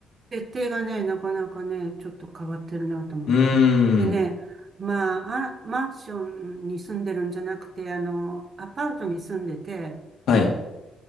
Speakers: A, on the right; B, on the left.
A: 設定がね、なかなかね、ちょっと変わってるなと思って。
B: うー
A: でね、
B: ん。
A: まあ、あ、マンションに住んでるんじゃなくて、あの、アパートに住んでて、
B: はい。